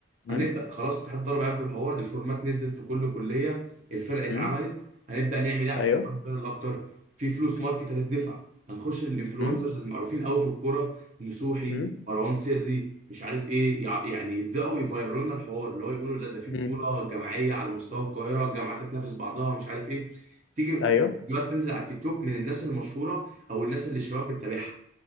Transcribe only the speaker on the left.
امم
امم
ايوه
امم
امم
امم
ايوه